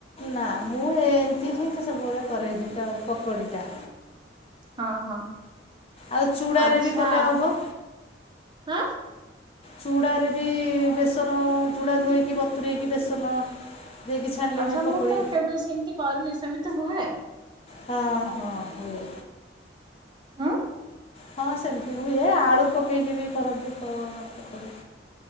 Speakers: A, on the left; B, on the right.
A: ନା ମୁଁ ଏମିତି ହିଁ ସବୁବେଳେ କରେ ବି ତ ପକୋଡ଼ିଟା।
B: ହଁ ହଁ
A: ଆଉ ଚୂଡ଼ାରେ
B: ଆଚ୍ଛା
A: ବି କଲେ ହବ
B: ଆଁ।
A: ଚୁଡ଼ାରେ ବି ବେସନ ଚୁଡ଼ା ଧୋଇକି ବତୁରେଇକି ବେସନ ଦେଇକି ଛାଣିଲେ
B: ଆଚ୍ଛା
A: ବି ପକୋଡ଼ି
B: ମୁଁ ତ କେବେ ସେମିତି କରିନି ସେମିତି ହୁଏ?
A: ହଁ ହଁ ହୁଏ।
B: ଆଁ।
A: ହଁ ସେମିତି ହୁଏ ଆଳୁ ପକେଇକି ବି କରନ୍ତି ପ ପକୁଡ଼ି।